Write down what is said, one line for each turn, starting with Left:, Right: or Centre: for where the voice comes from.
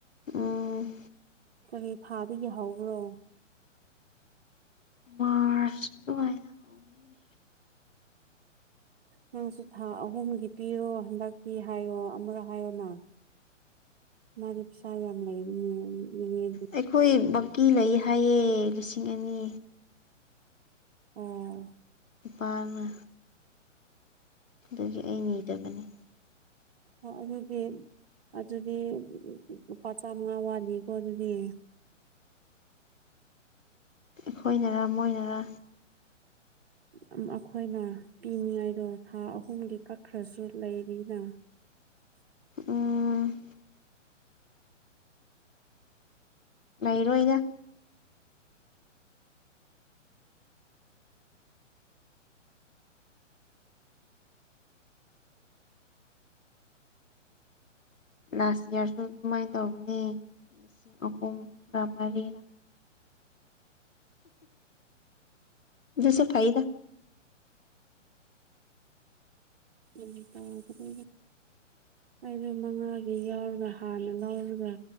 Left: ꯎꯝ꯫
Right: ꯀꯔꯤ ꯊꯥꯗꯒꯤ ꯍꯧꯕ꯭ꯔꯣ꯫
Left: ꯃꯥꯔꯁ ꯗꯨꯋꯥꯏꯗ ꯍꯧꯕꯅꯤ꯫
Right: ꯅꯪꯁꯨ ꯊꯥ ꯑꯍꯨꯝꯒꯤ ꯄꯤꯔꯣ ꯍꯟꯗꯛꯇꯤ ꯍꯥꯏꯌꯣ ꯑꯃꯨꯔꯛ ꯍꯥꯏꯌꯣꯅꯥ꯫ ꯃꯥꯗꯤ ꯄꯤꯁꯥ ꯌꯥꯝ ꯂꯩꯕꯅꯤꯅꯦ ꯃꯤꯅꯤꯠ
Left: ꯑꯩꯈꯣꯏ ꯕꯛꯀꯤ ꯂꯩꯌꯦ ꯍꯥꯏꯌꯦ ꯂꯤꯁꯤꯡ ꯑꯅꯤ꯫
Right: ꯑꯣ꯫
Left: ꯏꯄꯥꯅ ꯗꯒꯤ ꯑꯩ ꯅꯤꯗꯕꯅꯤ꯫
Right: ꯑꯣ ꯑꯗꯨꯗꯤ ꯑꯗꯨꯗꯤ ꯂꯨꯄꯥ ꯆꯥꯃꯉꯥ ꯋꯥꯠꯂꯤꯀꯣ ꯑꯗꯨꯗꯤ꯫
Left: ꯑꯈꯣꯏꯅꯔꯥ ꯃꯣꯏꯅꯔꯥ
Right: ꯑꯃ ꯑꯈꯣꯏꯅ ꯄꯤꯅꯤꯡꯉꯥꯏꯗꯣ ꯊꯥ ꯑꯍꯨꯝꯒꯤ ꯀꯛꯈ꯭ꯔꯁꯨ ꯂꯩꯔꯤꯅ꯫
Left: ꯎꯝ꯫ ꯂꯩꯔꯣꯏꯗ꯫ ꯂꯥꯁ ꯏꯌꯥꯔꯁꯨ ꯑꯗꯨꯃꯥꯏ ꯇꯧꯕꯅꯦ ꯂꯤꯁꯤꯡ ꯑꯍꯨꯝꯒꯥ ꯃꯔꯤꯔꯥ꯫ ꯑꯗꯨꯁꯦ ꯐꯥꯏꯗ
Right: ꯎꯝ ꯇꯕꫪꯣ ꯑꯩꯗꯣ ꯃꯉꯥꯒꯤ ꯌꯥꯎꯔꯒ ꯍꯥꯟꯅ ꯂꯧꯥꯎꯔꯒ